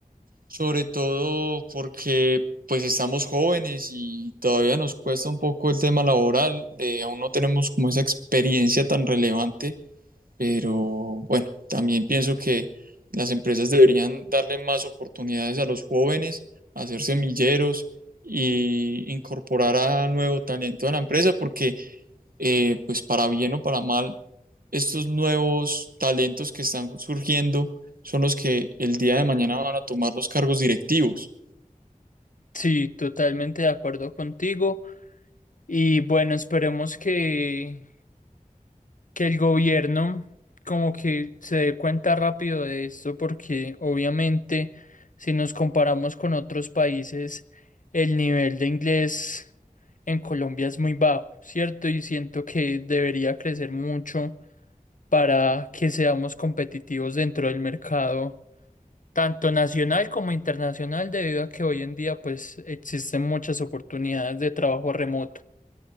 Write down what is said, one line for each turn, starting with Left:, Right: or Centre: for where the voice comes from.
Right: sobre todo porque pues estamos jóvenes y todavía nos cuesta un poco el tema laboral, eh, aún no tenemos como esa experiencia tan relevante, pero bueno, también pienso que las empresas deberían darle más oportunidades a los jóvenes, hacer semilleros y incorporar a nuevo talento a la empresa, porque eh, pues para bien o para mal, estos nuevos talentos que están surgiendo son los que el día de mañana van a tomar los cargos directivos.
Left: Sí, totalmente de acuerdo contigo. Y bueno, esperemos que, que el gobierno como que se dé cuenta rápido de esto, porque obviamente si nos comparamos con otros países, el nivel de inglés en Colombia es muy bajo, ¿cierto? Y siento que debería crecer mucho para que seamos competitivos dentro del mercado, tanto nacional como internacional, debido a que hoy en día pues existen muchas oportunidades de trabajo remoto.